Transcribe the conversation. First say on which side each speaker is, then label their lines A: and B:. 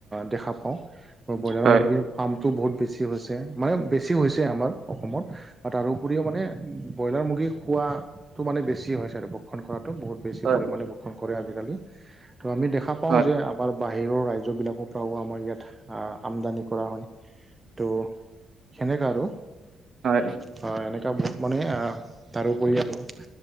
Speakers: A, on the right; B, on the right.
A: দেখা পাওঁ, আৰু ব্ৰইলাৰ
B: হয়
A: মুৰ্গীৰ ফাৰ্মটো বহুত বেছি হৈছে, মানে বেছি হৈছে আমাৰ অসমত। বা তাৰোপৰিও মানে, ব্ৰইলাৰ মুৰ্গী খোৱাটো মানে বেছি হৈছে আৰু। ভক্ষণ কৰাটো, বহুত বেছি
B: হয়
A: পৰিমাণে ভক্ষণ কৰে আজিকালি, ত' আমি দেখা পাওঁ
B: হয়
A: যে আমাৰ বাহিৰৰ ৰাজ্যবিলাকৰ পৰাও আমাৰ ইয়াত আমদানি কৰা হয়, ত' সেনেকা আৰু।
B: হয়।
A: হয়, এনেকুৱা বহুত মানে তাৰোপৰি আৰু